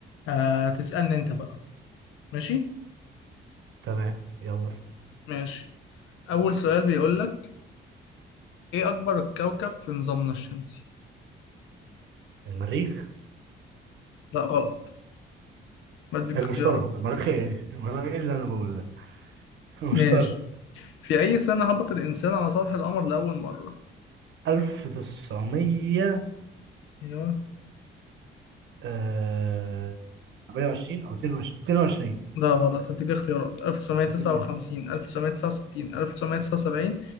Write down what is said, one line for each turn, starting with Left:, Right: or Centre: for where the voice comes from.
Left: آه تسألني انت بقى ماشي؟
Right: تمام يلا اسأل.
Left: ماشي أول سؤال بيقولك ايه أكبر كوكب في نظامنا الشمسي؟
Right: المريخ
Left: لا غلط بديك
Right: المشتري
Left: اختيارات
Right: المريخ ايه المريخ ايه اللي انا بقوله ده <laughs> المشتري
Left: ماشي في أي سنة هبط الإنسان على سطح القمر لأول مرة؟
Right: 1900
Left: أيوه
Right: آه، 28 او 22 22
Left: ده غلط هديك اختيارات 1959
Right: اديني
Left: 1969 1979